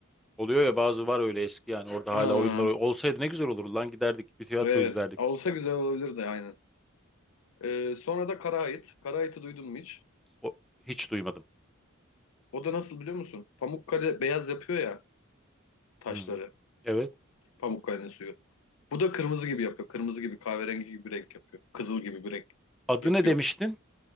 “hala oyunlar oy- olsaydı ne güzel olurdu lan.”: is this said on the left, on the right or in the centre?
Centre